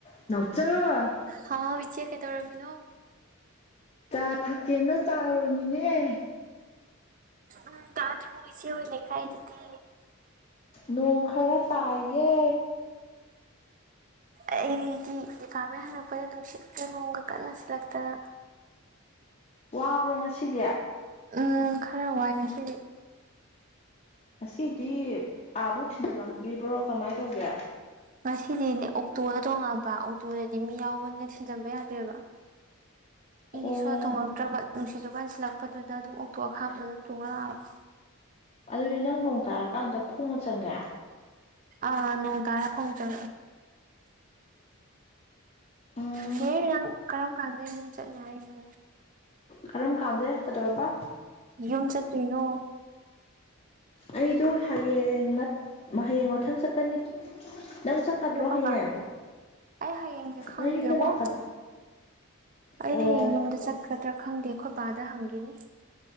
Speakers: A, on the left (about 30°); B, on the right (about 35°).
A: ꯅꯥꯎꯆꯥ
B: ꯍꯥꯎ ꯏꯆꯦ ꯀꯩꯗꯧꯔ ꯏꯅꯣ
A: ꯆꯥ ꯊꯛꯀꯦꯅ ꯆꯥꯔꯨꯔꯃꯤꯅꯦ
B: ꯎꯝ ꯇꯗꯔꯨ ꯏꯁꯤ ꯍꯣꯏ ꯂꯩꯀꯥꯏ ꯗ ꯗꯤ
A: ꯅꯣꯡ ꯈꯔ ꯇꯥꯏꯌꯦ
B: ꯑꯩꯒꯤ ꯗꯤꯄꯥꯔꯠꯃꯦꯟ ꯍꯜꯂꯛꯄꯗ ꯅꯨꯡꯁꯤꯠꯀ ꯅꯣꯡꯒ ꯀꯟꯅ ꯁꯤꯜꯂꯛꯇꯅ
A: ꯋꯥꯕ꯭ꯔꯣ ꯉꯁꯤꯗꯤ
B: ꯎꯝ ꯈꯔ ꯋꯥꯏꯅ ꯍ
A: ꯉꯁꯤꯗꯤ ꯑꯥꯕꯨ ꯊꯤꯟꯖꯤꯜꯂꯝꯕꯤꯕ꯭ꯔꯣ ꯀꯃꯥꯏꯅ ꯇꯧꯒꯦ
B: ꯉꯁꯤꯗꯤꯅꯦ ꯑꯣꯛꯇꯣꯗ ꯇꯣꯡꯉꯑꯕ ꯑꯣꯛꯇꯣꯗꯗꯤ ꯃꯤ ꯌꯥꯎꯕꯅ ꯊꯤꯟꯖꯟꯕ ꯌꯥꯗꯦꯕ ꯑꯩ
A: ꯑꯣ
B: ꯁ ꯇꯣ ꯅꯠꯇ꯭ꯔꯕ ꯅꯨꯡꯁꯤꯠꯖ ꯀꯟꯁꯤꯜꯂꯛꯄꯗꯨꯗ ꯑꯗꯨꯝ ꯑꯣꯛꯇꯣ ꯑꯈꯥꯝꯕ ꯑꯗꯨꯝ ꯊꯣꯡꯍꯜꯂꯛꯑꯕ
A: ꯑꯗꯨꯗꯤ ꯅꯪ ꯅꯣꯡ ꯇꯥꯔꯀꯥꯟꯗ ꯈꯣꯡꯉ ꯆꯉꯦ
B: ꯑꯥ ꯅꯣꯡ ꯇꯔꯥ ꯐ ꯆ
A: ꯎꯝ
B: ꯀꯦ꯭ꯔ ꯀꯔꯝ ꯀꯥꯟꯗ ꯑꯗꯨꯝ ꯆꯠꯅꯤ ꯍꯥꯏꯅꯣ
A: ꯀꯔꯝ ꯀꯥꯟꯗꯦ ꯀꯩꯗꯧꯔꯕ
B: ꯌꯨꯝ ꯆꯠꯅꯣ
A: ꯑꯩꯗꯣ ꯍꯌꯦꯡ ꯍꯌꯦꯡ ꯃꯊꯪ ꯆꯠꯀꯅꯤ ꯅꯪ ꯆꯠꯀꯗ꯭ꯔꯣ
B: ꯑꯗꯨ ꯀꯕꯥ
A: ꯍꯌꯦꯡ
B: ꯑꯩ ꯍꯌꯦꯡꯁ ꯈꯪꯗꯦꯕꯣ
A: ꯅꯪ ꯌꯨꯝꯗ ꯂꯥꯛꯀ
B: ꯑꯩ
A: ꯑꯣ
B: ꯍꯌꯦꯡ ꯌꯨꯝꯗ ꯆꯠꯀ ꯠꯇ꯭ꯔ ꯈꯪꯗꯦ ꯑꯩꯈꯣꯏ ꯄꯕꯥꯗ ꯍꯪꯒꯦꯅꯤ